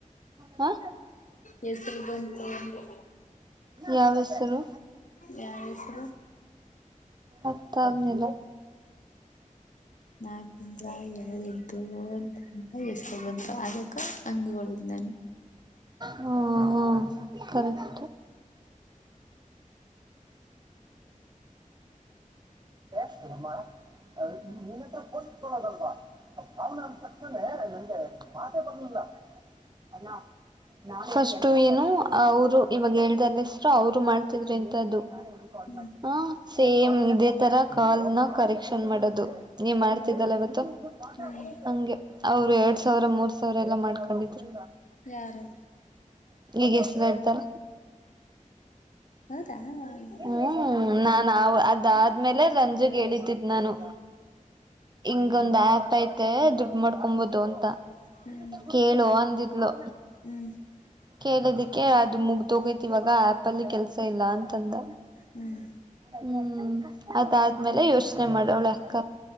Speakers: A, on the right; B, on the left.
A: ಹಾ.
B: ಹೆಸರು ಬಂತೂ ಅಂದೇ.
A: ಯಾವ ಹೆಸರು
B: ಯಾರ ಹೆಸರು
A: ಅರ್ಥ ಆಗ್ಲಿಲ್ಲ.
B: ನಾ. ಅಂದ್ರ ಎದ್ದು ಹೋಗು ಅಂತ ಹೆಸರು ಬಂತ ಅದಕ್ಕೆ ಹಂಗ ಹೋಳಿದ್ದು ನಾನು.
A: ಹು ಹು ಕರೆಕ್ಟ್. <unintelligible> <unintelligible> <unintelligible> ಫಸ್ಟ್ ಏನು ಅವರು ಇವಾಗ ಹೇಳ್ದಾರ ಹೆಸರು ಅವ್ರು ಮಾಡ್ತಿದ್ರಿ ಇಂತದ್ದು.
B: ಹ್ಮ್
A: ಹ ಸೇಮ್ ಇದೇ ತರ ಕಾಲ್ ನ ಕರೆಕ್ಷನ್ ಮಾಡೋದು. ನೀವ್ ಮಾಡ್ತಿದ್ದಲ್ಲ ಇವತ್ತು.
B: ಹ್ಮ್
A: ಹಂಗೆ ಅವರು ಎರಡ್ ಸಾವಿರ ಮೂರ್ ಸಾವಿರ ಎಲ್ಲ ಮಾಡ್ಕೊಂಡಿದ್ರು.
B: ಯಾರು
A: ಈಗ ಎಷ್ಟು ಹೇಳ್ತಾರ.
B: ಹೌದಾ ಹ್ಮ್
A: ಹ್ಮ್ ನಾನು ಅವ ಅದಾದ್ಮೇಲೆ ರಂಜುಗೆ ಹೇಳದ್ದಿದ್ದು ನಾನು. ಇಂಗೊಂದಾ ಆ್ಯಪ್ ಐತೆ ದುಡ್ಡು ಮಾಡ್ಕೊಬೋದು ಅಂತ
B: ಹ್ಮ್
A: ಕೇಳು ಅಂದಿದ್ಲು.
B: ಹ್ಮ್ ಹ್ಮ್
A: ಕೇಳದಿಕ್ಕೆ ಅದು ಮುಗ್ದೋಗೈತಿ ಇವಾಗ ಆ್ಯಪಲ್ಲಿ ಕೆಲ್ಸ ಇಲ್ಲ ಅಂತಂದ.
B: ಹ್ಮ್.
A: ಹ್ಮ್ ಅದಾದ್ಮೇಲೆ ಯೋಚನೆ ಮಾಡೋಳೆ ಅಕ್ಕ.